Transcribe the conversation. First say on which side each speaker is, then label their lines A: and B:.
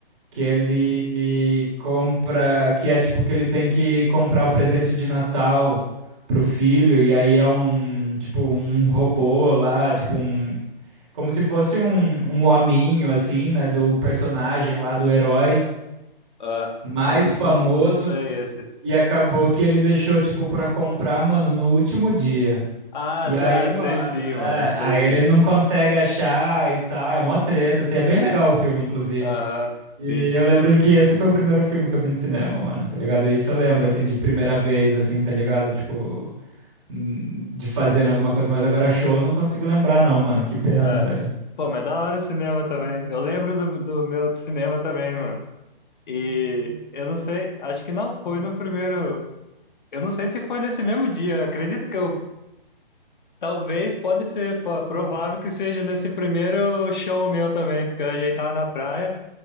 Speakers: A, on the right; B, on the left.
A: que ele compra, que é tipo que ele tem que comprar o presente de Natal pro filho, e aí é um, tipo, um robô lá, tipo um como se fosse um, um hominho, assim, né? Do personagem lá, do herói
B: ah,
A: mais
B: eu não,
A: famoso.
B: não, não sei esse.
A: E acabou que ele deixou, tipo, pra comprar, mano, no último dia.
B: Ah,
A: E
B: se-
A: aí,
B: ah,
A: mano,
B: sei sim,
A: é,
B: mano, eu sei
A: aí
B: sim.
A: ele não consegue achar e tal, é mó treta, assim, é bem legal o filme, inclusive.
B: Aham, sim.
A: E eu lembro que esse foi o primeiro filme que eu vi no cinema, mano, tá ligado? Isso eu lembro, assim, de primeira vez, assim, tá ligado? Tipo, hum, de fazendo alguma coisa, mas agora show eu não consigo lembrar não, mano, que pena,
B: É.
A: velho.
B: Pô, mas é da hora o cinema também. Eu lembro do, do meu cinema também, mano. E eu não sei, acho que não foi no primeiro. Eu não sei se foi nesse mesmo dia. Acredito que eu. Talvez, pode ser, pô, provável que seja nesse primeiro show meu também, porque a gente tava na praia.